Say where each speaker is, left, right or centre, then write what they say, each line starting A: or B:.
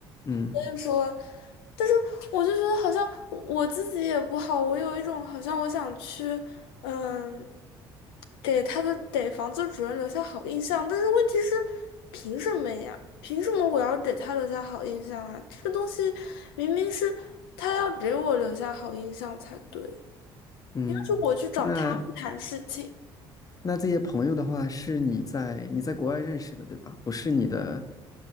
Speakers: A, on the left (about 30°); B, on the left (about 75°).
A: 嗯。
B: 所以说，但是我就觉得好像我我自己也不好，我有一种好像我想去，嗯，给他的给房子主人留下好印象，但是问题是，凭什么呀？凭什么我要给他留下好印象啊？这个东西明明是他要给我留下好印象才对，
A: 嗯，
B: 应该是我去找他们谈事情。
A: 那那这些朋友的话，是你在你在国外认识的，对吧？不是你的，